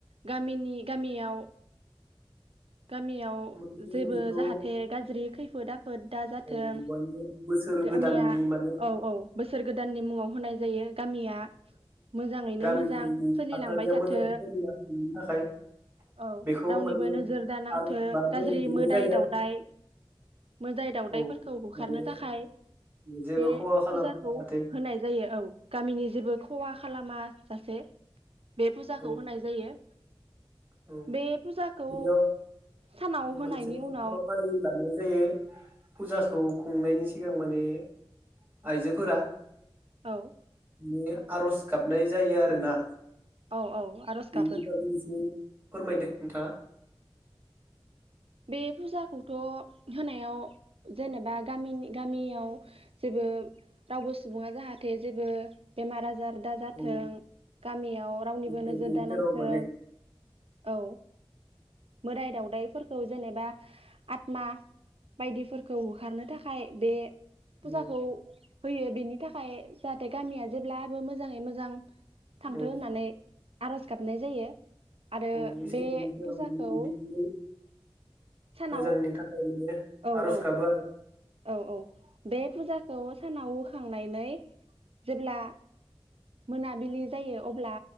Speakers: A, on the right (about 80°); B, on the right (about 20°).
A: गामिनि गामियाव गामियाव
B: माने
A: जेबो
B: बेखौ
A: जाहाथे गाज्रि खै फोदा फोद दाजाथों
B: औ माने बोसोर
A: गामिया
B: गोदाननि माने
A: औ औ बोसोर गोद दाननि मुङाव होनाय जायो गामिया मोजाङैनो
B: गामिनि
A: मोजां सोलिलांबाय
B: थासारिया
A: थाथो
B: मोजाङै सोलिना थानायनि थाखाय
A: औ
B: बेखौ
A: रावनिबो
B: माने
A: नोजोर दानांथो
B: आरज बा
A: गाज्रि
B: बोर बिनाय
A: मोदाइ
B: जायो
A: दाउदाइ मोदाइ
B: आरो
A: दावउदाइफोरखौ
B: औ
A: होखारनो
B: माने
A: थाखाय
B: जेबो
A: बे
B: खहा खालामा
A: फुजाखौ
B: जाहाथे
A: हो होनाय जायो औ गामिनि जेबो खहा खालामा सासे बे फुजाखौ
B: औ
A: होनाय जायो।
B: औ
A: बे फुजाखौ
B: बेयाव
A: सानाव
B: मोनसे
A: होनायनि उनाव
B: हाबाफारि लानाय जायो फुजाखौ खुंनायनि सिगां माने आइजोफोरा
A: औ
B: माने आर'ज गाबनाय जायो आरोना।
A: औ औ आर'ज
B: बेनि
A: गाबो।
B: बागै एसे फोरमायदो नोंथाङा।
A: बे फुजाखौथ' होनायाव जेनेबा गामिनि गामियाव जेबो रावबो सुबुङा जाहाथे जेबो बेमार आजार दा जाथों
B: औ
A: गामियाव रावनिबो
B: इसोरनि
A: नोजोर दानांथों
B: सेराव माने
A: औ मोदाइ दावउदाइफोरखौ जेनेबा आत्मा बायदिफोरखौ होखारनो थाखाय बे फुजाखौ
B: औ
A: होयो बेनि थाखाय जाहाथे गामिया जेब्लाबो मोजाङै मोजां थांथो
B: औ
A: होननानै आर'ज गाबनाय जायो। आरो
B: औ इसोरनि
A: बे
B: सेराव
A: फुजाखौ
B: माने <unintelligible>
A: सानाव
B: मोजांनि थाखाय माने
A: औ
B: आर'ज
A: औ
B: गाबो
A: औ औ बे बे फुजाखौ सानाव होखांनानै जेब्ला मोनाबिलि जायो अब्ला